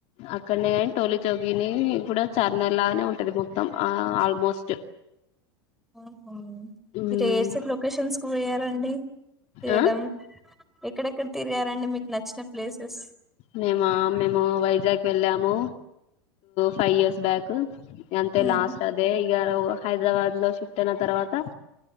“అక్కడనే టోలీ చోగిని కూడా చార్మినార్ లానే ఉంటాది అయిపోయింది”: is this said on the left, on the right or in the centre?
Left